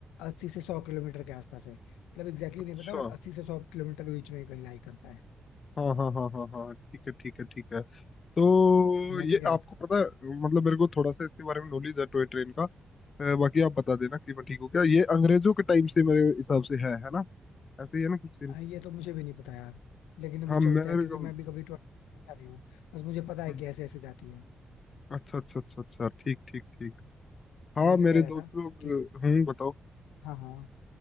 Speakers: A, on the left (about 85°); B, on the left (about 55°).
A: अस्सी से सौ किलोमीटर के आसपास है मतलब एग्जैक्टली
B: अच्छा
A: नहीं पता बट अस्सी से सौ किलोमीटर के बीच में ही कहीं लाई करता है
B: हाँ हाँ हाँ हाँ हाँ ठीक है ठीक है ठीक है तो
A: मैं
B: ये
A: क्या कह
B: आपको
A: रहा था
B: पता है, मतलब मेरे को थोड़ा सा इसके बारे में नॉलेज है टॉय ट्रेन का अ, बाकी आप बता देना कि मैं ठीक हूँ क्या ये अंग्रेजों के टाइम से मेरे हिसाब से है है ना ऐसे ही है ना कुछ सीन
A: हाँ ये तो मुझे भी नहीं पता यार लेकिन अभी
B: हाँ मेरे
A: चलता है क्योंकि
B: को-
A: मैं भी कभी ट्रेवल नहीं हूँ बस मुझे पता है
B: हम्म,
A: कि ऐसे ऐसे जाती है
B: अच्छा अच्छा अच्छा अच्छा ठीक ठीक ठीक हाँ
A: मैं क्या
B: मेरे
A: कह रहा
B: दोस्त
A: था
B: लोग
A: कि
B: अ, हम्म बताओ
A: हाँ हाँ